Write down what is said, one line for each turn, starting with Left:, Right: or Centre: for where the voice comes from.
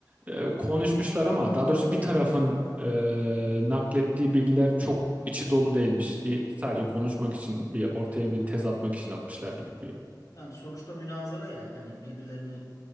Right: e, konuşmuşlar ama daha doğrusu bir tarafın e, naklettiği bilgiler çok içi dolu değilmiş. Bir sadece konuşmak için bir ortaya bir tez atmak için atmışlar gibi duruyor.
Left: Yani sonuçta münazara ya hani birbirlerini